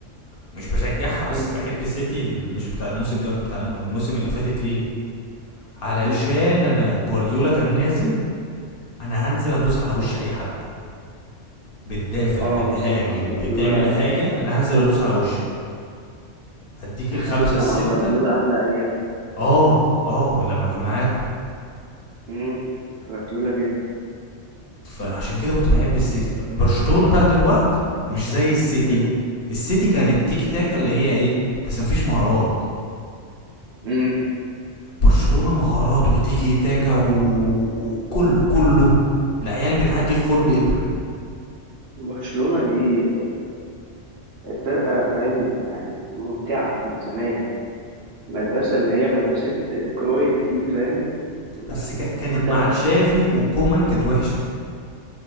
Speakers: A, on the left (about 50°); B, on the right (about 60°).
A: مش بشجعها بس
B: مم.
A: بحب السيتي ال- مش بتاع الموسم ده بتاع الم- الموسم اللي فاتت ليه علشان
B: مم.
A: انا جوارديولا كان نازل انا هنزل ادوس على وش اي حد بتدافع
B: اه
A: بتهاجم
B: هو الصراحة جوارديولا
A: بتعمل حاجه انا
B: أسطورة
A: هنزل ادوس على وشك هديك الخمسه
B: احنا شفنا
A: السته
B: مع جوارديولا أحلى أيام
A: اه اه لما كان معاكم
B: مم. جوارديولا جامد
A: فعشان كده كنت بحب السيتي ف- برشلونه بقى دلوقت مش زي السيتي
B: مم.
A: السيتي كانت تيكي تاكا اللي هي ايه بس مفيش مهارات
B: مم.
A: برشلونه مهارات وتيكي تاكا و- وكله كله العيال بتعدي في خرم ابره
B: برشلونة دي فرقة فاهم يعني ممتعة من زمان المدرسة اللي هي مدرسة كرويف دي فاهم م-
A: بس ك... كانت
B: مختلفة
A: مع تشافي وكومان كانت وحشه